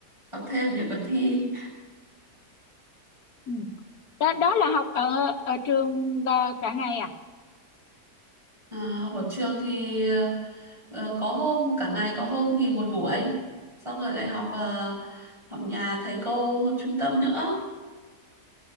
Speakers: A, on the right; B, on the left.
A: học thêm để còn thi
B: ừ. đó, đó là học ở ở trường là cả ngày à
A: à, học ở trường thì ờ, có hôm cả ngày có hôm thì một buổi xong rồi lại học ờ, học nhà thầy cô học trung tâm nữa